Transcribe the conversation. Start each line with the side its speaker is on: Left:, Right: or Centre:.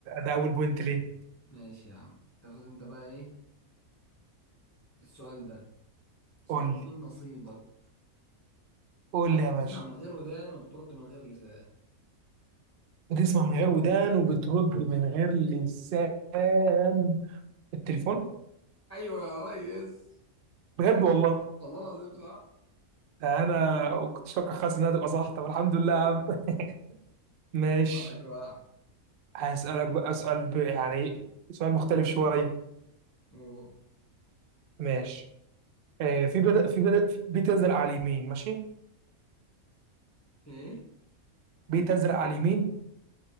Right: ده اول بوينت ليه
Left: ماشي يا عم تاخد انت بقى ايه السؤال ده السؤال
Right: قول
Left: ده
Right: لي
Left: من نصيبك
Right: قول
Left: حاجة
Right: لي يا
Left: بتسمع
Right: باشا
Left: من غير ودان وبترد من غير لسان
Right: بتسمع من غير ودان وبترد من غير لسان التليفون
Left: ايوه يا ريس
Right: بجد والله
Left: والله العظيم صح
Right: ده انا كنت فاكر خالص انها تبقى صح طب الحمد لله يا عم <laughs> ماشي
Left: واحد واحد
Right: هسألك بقى سؤال ب- يعني سؤال مختلف شويه
Left: أوه.
Right: ماشي آه، في بدأ في بدأ في بيت يزرع على اليمين ماشي
Left: في ايه
Right: بيت ازرق على اليمين